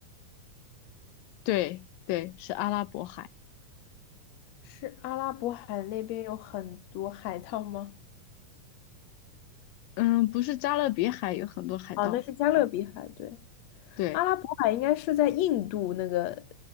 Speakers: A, on the left; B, on the left.
A: 对对，是阿拉伯海。
B: 是阿拉伯海那边有很多海盗吗？
A: 嗯，不是加勒比海有很多海盗吗？
B: 哦，那是加勒比海，对。
A: 对，
B: 阿拉伯海应该是在印度那个